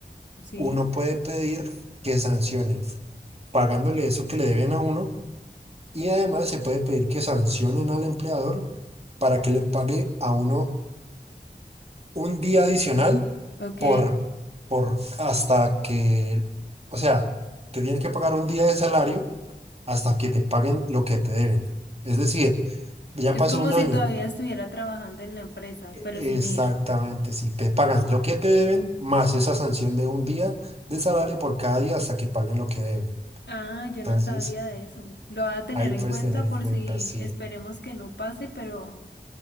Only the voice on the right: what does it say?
uno puede pedir que sancionen, pagándole eso que le deben a uno, y además se puede pedir que sancionen al empleador para que le pague a uno un día adicional
por, por hasta que, o sea, te tienen que pagar un día de salario hasta que te paguen lo que te deben. Es decir, ya
pasó
un
año.
E-
Exactamente,
si te pagan lo que te deben, más esa sanción de un día de salario por cada día hasta que paguen lo que deben.
Entonces,
ahí puedes
tener en
cuenta,
sí,